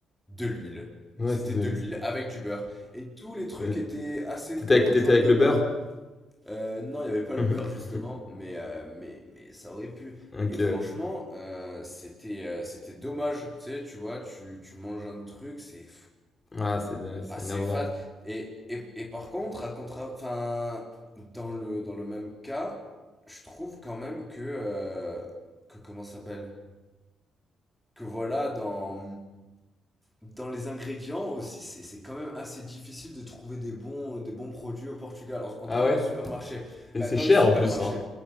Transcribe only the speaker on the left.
Ouais,
c'était.
c'est-
ouais.
T'étais
avec, t'étais
avec
le
beurre?
<laughs>
Ok.
ouais.
Ah, c'est ouais, c'est
énervant.
Ah
ouais?
Et
c'est
cher
en plus, hein.